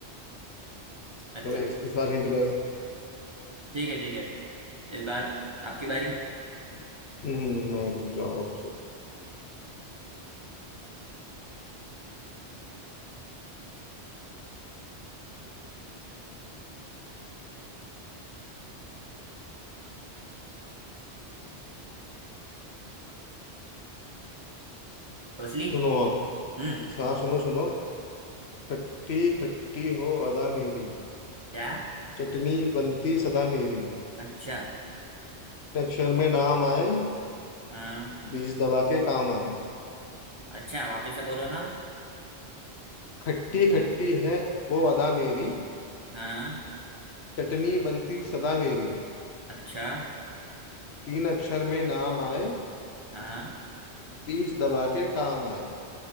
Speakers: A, on the right; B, on the left.
A: अच्छा
B: चलो इस, इस बार हिंट मेरे
A: ठीक है ठीक है इस बार आपकी बारी
B: हम्म मैं रुक जाओ अब
A: सोच ली
B: सुनो अब
A: हम्म
B: हाँ सुनो सुनो खट्टी खट्टी हो अदा मेरी
A: क्या
B: चटनी बनती सदा मेरी
A: अच्छा
B: अक्षर में नाम आए
A: हाँ
B: बीज दबा के काम आए
A: अच्छा वापिस से बोलो ना
B: खट्टी खट्टी है हो अदा मेरी
A: हाँ
B: चटनी बनती सदा मेरी
A: अच्छा
B: तीन अक्षर में नाम आए
A: हाँ
B: बीज दबा के काम आए